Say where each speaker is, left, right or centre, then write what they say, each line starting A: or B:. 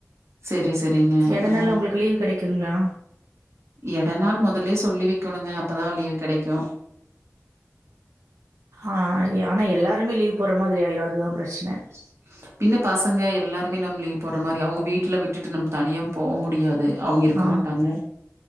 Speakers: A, on the right; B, on the right.
A: சரி, சரிங்க.
B: எட
A: அ
B: நாள்ல உங்களுக்கு லீவு கிடைக்குங்களா
A: எட நாள் முதல்லே சொல்லி வைக்கணுங்க அப்ப தா லீவ் கிடைக்கு
B: ஆ எ ஆனா எல்லாருமே லீவ் போட்ற மாரி ஆயிரு அதுதா பிரச்சனை
A: ச <inaudible> பின்ன பசங்க எல்லாருமே நம்ம லீவ் போட்ற மாரி அவுங்க வீட்ல விட்டுட்டு நம்ம தனியாவு போவ முடியாது அவங்க இருக்க
B: ஆ
A: மாட்டாங்க.